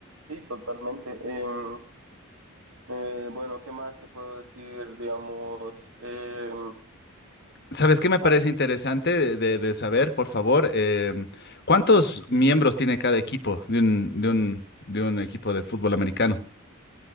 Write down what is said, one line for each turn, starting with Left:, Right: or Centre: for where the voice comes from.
Right: sí, totalmente. Em, eh, bueno, ¿qué más te puedo decir? Digamos, em,
Left: ¿Sabes qué me parece
Right: ahí
Left: interesante de, de- de saber, por favor? Em, ¿cuántos miembros tiene cada equipo de un, de un, de un equipo de fútbol americano?